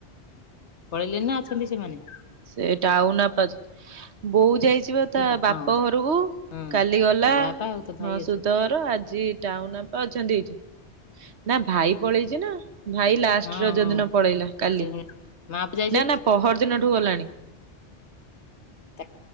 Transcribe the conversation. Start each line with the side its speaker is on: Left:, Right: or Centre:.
Left: ପଳେଇଲେନି ନା ଅଛନ୍ତି ସେମାନେ?
Right: ସେଟା ଆଉ ନା ପାସ ବୋଉ ଯାଇଛି ସେପା
Left: ସୁଧ
Right: ତାବାପ
Left: ହଁ
Right: ଘରକୁ
Left: ହଁ
Right: କାଲି ଗଲା
Left: ତୋ ବାପା ଆଉ ତୋ ଭାଇ
Right: ହଁ
Left: ଅଛନ୍ତି
Right: ସୁଦଘର ଆଜି ଟାଉନ୍ ଅପା ଅଛନ୍ତି ଏଇଠି ନାଁ ଭାଇ ପଳେଇଚିନା। ଭାଇ ଲାଷ୍ଟ
Left: ହଁ
Right: ରଜଦିନ
Left: ହଁ
Right: ପଳେଇଲା କାଲି
Left: ସେ ମା ପ ଯାଇଛନ୍ତି
Right: ନାଁ ନାଁ ପହର ଦିନଠୁ ଗଲାଣି।
Left: ନା?